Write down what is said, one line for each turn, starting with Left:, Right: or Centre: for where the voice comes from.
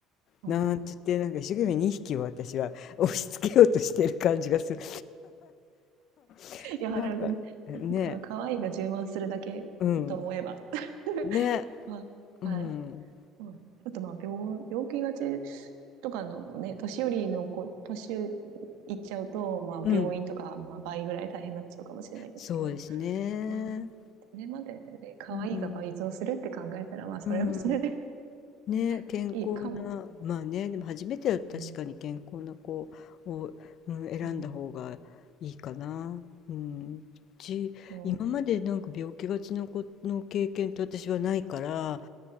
Right: ああ
Left: なんつってなんか一生懸命2匹を私は押し付けようとしてる感じがする。<laughs>
Right: いや、
Left: なんかね、
Right: なるほど。多分、可愛いが充満するだけと思えば。
Left: うん、
Right: <laughs>
Left: ね、
Right: まあ、
Left: うん、
Right: はい。そうですねあと、まあ、病、病気がちとかのね、年寄りの子、年いっちゃうと、まあ、
Left: うん、
Right: 病院とか、まあ、倍ぐらい大変になっちゃうかもしれないですけど、
Left: そうですね。
Right: まあ、それまでで、可愛いが倍増するって考えたら、
Left: うん、
Right: まあ、それはそれで
Left: うん。ね、
Right: <laughs>
Left: 健康な、
Right: いいかも。
Left: まあね、でも初めてだと確かに健康な子を、
Right: うん。
Left: うん、選んだ方がいいかな。
Right: うん。
Left: うん。うち、
Right: そう、
Left: 今までなんか病気がちな子の経験って私はないから、